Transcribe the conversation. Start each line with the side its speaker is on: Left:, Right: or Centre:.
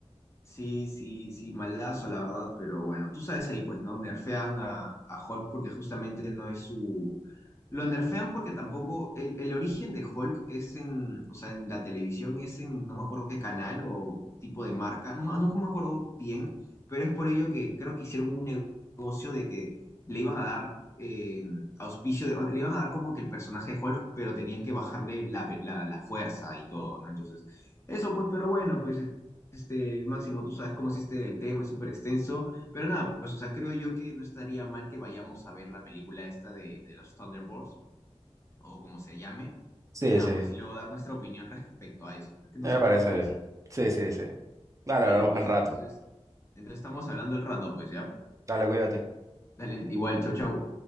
Left: Sí, sí, sí, malazo la verdad, pero bueno, tú sabes ahí pues, ¿no? Nerfean a, a Hulk porque justamente no es su, Lo nerfean porque tampoco, el, el origen de Hulk es en, o sea, en la televisión es en, no me acuerdo qué canal o tipo de marca, no, no no me acuerdo bien, pero es por ello que creo que hicieron un negocio de que le iban a dar eh, auspicio, de- o le iban a dar como que el personaje de Hulk, pero tenían que bajarle la, la- la fuerza y todo, ¿no? Entonces, eso pues, pero bueno, pues, este, Máximo, tú sabes cómo es este el tema, es súper extenso. Pero nada, pues, o sea, creo yo que no estaría mal que vayamos a ver la película esta de, de los Thunderbolts, o como se llame,
Right: Sí,
Left: y nada,
Right: sí,
Left: pues, y luego dar nuestra opinión <laughs> respecto a eso, pues, que no
Right: me
Left: sé
Right: parece
Left: qué te parece.
Right: bien. Sí, sí, sí. Dale,
Left: Dale,
Right: hablamos
Left: pues,
Right: al rato.
Left: entonces, entonces estamos hablando el rato, pues, ¿ya?
Right: Dale, cuídate.
Left: Dale, igual, chau, chau.